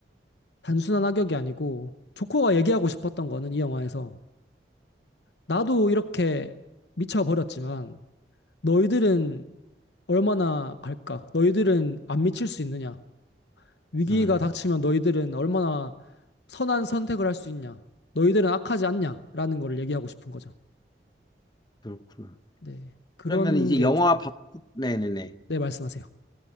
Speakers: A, on the left (about 75°); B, on the left (about 25°).
A: 단순한 악역이 아니고 조커가 얘기하고 싶었던 거는 이 영화에서 나도 이렇게 미쳐버렸지만 너희들은 얼마나 갈까? 너희들은 안 미칠 수 있느냐? 위기가
B: 음,
A: 닥치면 너희들은 얼마나 선한 선택을 할 수 있냐? 너희들은 악하지 않냐? 라는 걸 얘기하고 싶은 거죠.
B: 그렇구나.
A: 네. 그런
B: 그러면 이제
A: 게
B: 영화
A: 조금,
B: 밖, 네네네.
A: 네, 말씀하세요.